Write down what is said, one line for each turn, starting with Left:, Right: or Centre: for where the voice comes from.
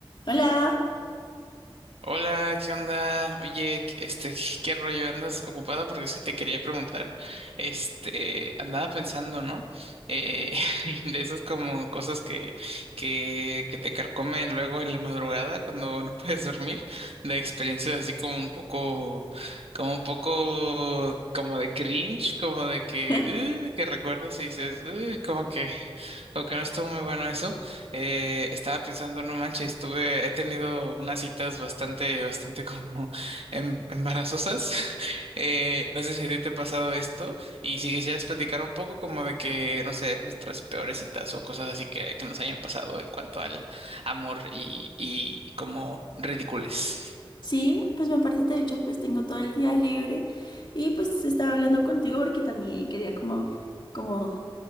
Left: Hola.
Right: Hola, ¿qué onda? Oye, qu- este, <laughs> ¿qué rollo? ¿Andas ocupada? Porque es que te quería preguntar. Este, andaba pensando, ¿no? Eh, <laughs> de esas como cosas que, que, que te carcomen luego en la madrugada cuando no puedes dormir, de experiencias así como un poco, como un poco, como de cringe, como de que,
Left: <laughs>
Right: uh, que recuerdas y dices, uh, como que, como que no estuvo muy bueno eh, estaba pensando, no manches, tuve, he tenido unas citas bastante, bastante como em- embarazosas. <laughs> Eh, no sé si a ti te ha pasado esto y si quisieras platicar un poco como de que, no sé, nuestras peores citas o cosas así que, que nos hayan pasado en cuanto al amor y, y, y como ridicules.
Left: Sí, pues me parece, de hecho, pues tengo todo el día libre y pues estaba hablando contigo porque también quería como, como